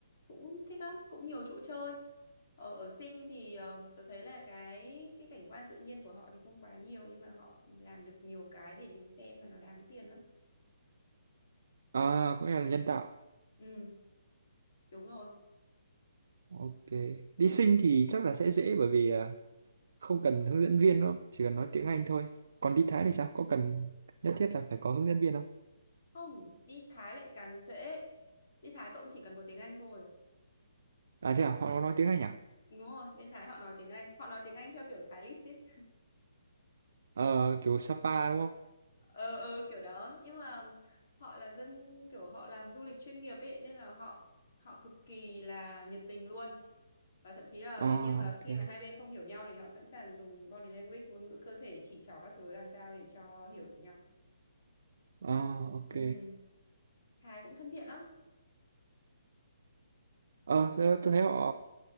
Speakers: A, on the left (about 55°); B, on the right (about 60°).
A: cũng thích lắm cũng nhiều chỗ chơi ở ở Sinh thì ờ, tôi thấy là cái cái cảnh quan tự nhiên của họ thì không quá nhiều nhưng mà họ làm được nhiều cái để mình xem mà nó đáng tiền lắm
B: à cũng là nhân tạo
A: ừ đúng rồi
B: ok đi Sing thì chắc là sẽ dễ bởi vì à, không cần hướng dẫn viên đâu chỉ cần nói tiếng Anh thôi còn đi Thái thì sao có cần nhất thiết là phải có hướng dẫn viên không
A: không đi Thái lại càng dễ đi Thái cũng chỉ cần có tiếng Anh thôi
B: à thế à họ có nói tiếng Anh à
A: đúng rồi bên Thái họ nói tiếng Anh họ nói tiếng Anh theo kiểu Thái lít ấy
B: ờ kiểu Sapa đúng không
A: ờ ờ kiểu đó nhưng mà họ là dân kiểu họ làm du lịch chuyên nghiệp ấy nên là họ họ cực kỳ là nhiệt tình luôn và thậm chí là
B: à
A: nếu như mà
B: ok
A: khi mà hai bên không hiểu nhau thì họ sẵn sàng dùng body language ngôn ngữ cơ thể chỉ trỏ các thứ làm sao để cho hiểu được nhau
B: à ok
A: ừ. Thái cũng thân thiện lắm
B: ờ tôi tôi thấy họ